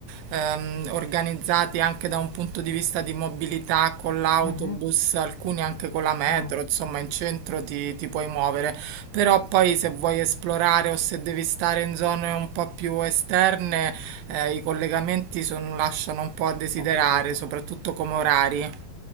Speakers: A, on the right; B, on the left.
A: ehm, organizzati anche da un punto di vista di mobilità con l'autobus,
B: Mhm,
A: alcuni anche con la metro,
B: mm,
A: insomma, in centro ti, ti puoi muovere. Però poi se vuoi esplorare o se devi stare in zone un po' più esterne, eh, i collegamenti son- lasciano un po' a desiderare,
B: ho capito.
A: soprattutto come orari.